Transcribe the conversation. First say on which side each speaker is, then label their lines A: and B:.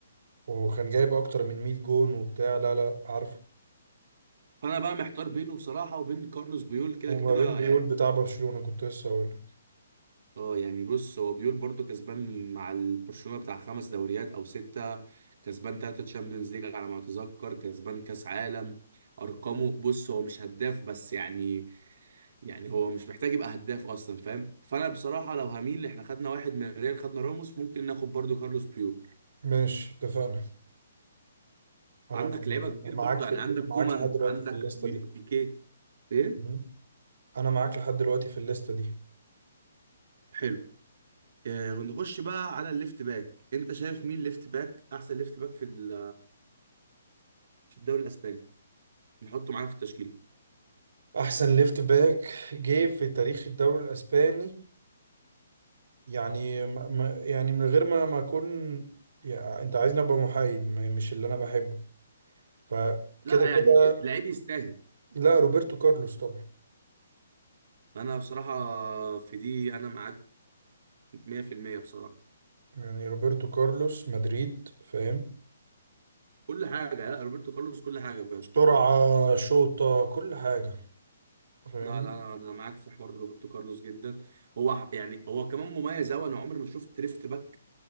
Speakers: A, on the right (about 70°); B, on the right (about 55°).
A: وكان جايب اكتر من 100 جون وبتاع لا لا عارفه
B: فأنا بقى محتار بينه بصراحة وبين كارلوس بويول كده
A: وما
B: كده
A: بين بيقول
B: يعني
A: بتاع برشلونه كنت لسه اقول لك
B: اه يعني بص هو بيقول برضو كسبان مع البرشلونة بتاع خمس دوريات او ستة كسبان تلاتة تشامبيونز ليج على ما اتذكر كسبان كاس عالم ارقامه بص هو مش هداف بس يعني يعني هو مش محتاج يبقى هداف اصلا فاهم فانا بصراحة لو هميل احنا خدنا واحد من الريال خدنا راموس ممكن ناخد برضو كارلوس بيول
A: ماشي اتفقنا انا
B: عندك
A: يعني
B: لعيبة كتير
A: معاك
B: برضو
A: في
B: يعني
A: ال...
B: عندك كومان
A: معاك لحد دلوقتي
B: عندك
A: في الليسته
B: بي-
A: دي
B: بيكيه ايه
A: مم. انا معاك لحد دلوقتي في الليسته دي
B: حلو آه نخش بقى على الليفت باك انت شايف مين ليفت باك احسن ليفت باك في ال- في الدوري الاسباني نحطه معانا في التشكيل
A: احسن ليفت باك جه في تاريخ الدوري الاسباني يعني ما ما- يعني من غير ما ما اكون يعني انت عايزني ابقى محايد ما- مش اللي انا بحبه فكده
B: لا
A: كده
B: يعني لعيب يستاهل
A: لا روبرتو كارلوس طبعا
B: انا بصراحه في دي انا معاك 100% بصراحه
A: يعني روبرتو كارلوس مدريد فاهم
B: كل حاجه لا روبرتو كارلوس كل حاجه بجد
A: سرعة شوطة كل حاجة فاهمني
B: لا لا انا أنا معاك في حوار روبرتو كارلوس جدا هو ح- يعني هو كمان مميز قوي انا عمري ما شفت ليفت باك